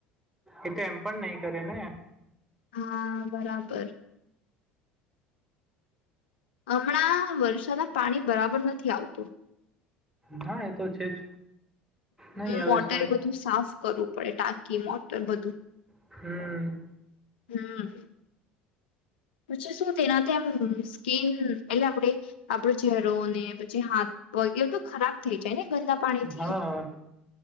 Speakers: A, in the centre; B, on the left.
A: એ તો એમ પણ નહી કરે ને
B: હા બરાબર હમણાં વરષાના પાણી બરાબર નથી આવતું
A: ના એ તો છે જ નહીં આવે
B: મોટરે
A: સારું
B: બધું સાફ કરવું પડે ટાંકી મોટર બધું
A: હમ
B: હા પછી શું તેનાથી એમ સ્કીન એટલે આપણે આપડો ચહેરોને પછી હાથ વગ તો ખરાબ થઇ જાય ને ગંદા પાણી થી
A: હા